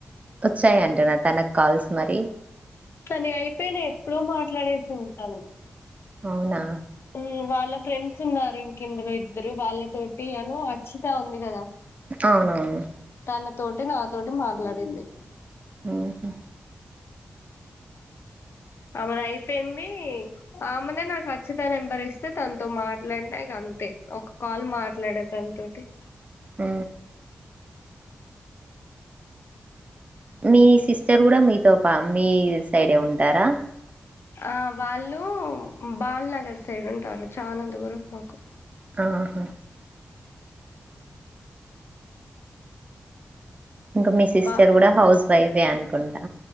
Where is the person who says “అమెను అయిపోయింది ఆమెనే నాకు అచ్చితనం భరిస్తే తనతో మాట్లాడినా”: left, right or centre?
Left